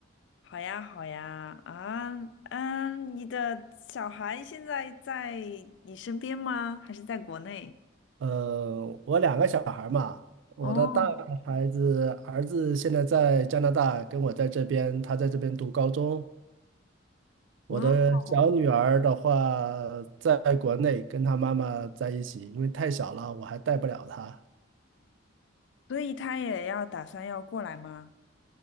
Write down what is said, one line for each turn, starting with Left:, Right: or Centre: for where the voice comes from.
Left: 好呀，好呀，啊，嗯，你的小孩现在在你身边吗？还是在国内？
Right: 呃，我两个小孩儿嘛，我的大孩子儿子现在在加拿大，
Left: 哦，
Right: 跟我在这边，他在这边读高中。
Left: 哇哦，
Right: 我的小女儿的话，在国内跟她妈妈在一起，因为太小了，我还带不了她。
Left: 所以他也要打算要过来吗？